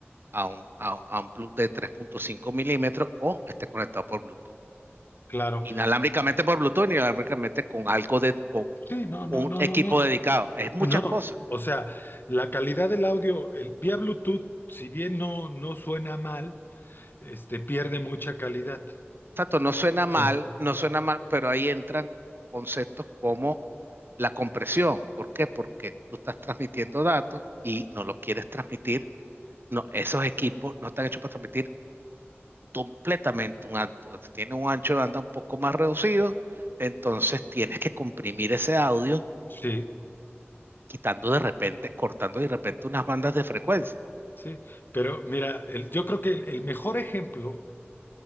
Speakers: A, on the right (about 55°); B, on the left (about 50°).
A: a un, a, un a un plug de tres punto cinco milímetros o esté conectado por Bluetooth.
B: claro.
A: Inalámbricamente por Bluetooth, inalámbricamente con algo de, con
B: Sí, no, no,
A: un
B: no,
A: equipo
B: no, no.
A: dedicado. Es muchas
B: No,
A: cosas.
B: o sea, la calidad del audio, el, vía Bluetooth, si bien no, no suena mal, este, pierde mucha calidad.
A: Exacto, no suena
B: Sí,
A: mal, no suena mal, pero ahí entran conceptos como la compresión. ¿Por qué? Porque tú estás transmitiendo datos y no lo quieres transmitir. No, esos equipos no están hechos para transmitir completamente un alto. Tiene un ancho de banda un poco más reducido, entonces tienes que comprimir ese audio,
B: sí,
A: quitando de repente, cortando de repente unas bandas de frecuencia.
B: sí. Pero mira, el- yo creo que el, el mejor ejemplo